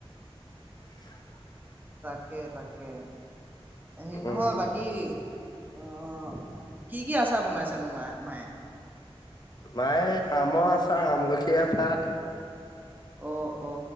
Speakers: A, on the left; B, on the right.
A: <inaudible>
B: তাকে তাকে হে নহয়
A: উম
B: বাকী আহ কি কি আচাৰ বনাইছেনো মায় মায়ে
A: মায় আমৰ আচাৰ আমলখি আচাৰ
B: অ অ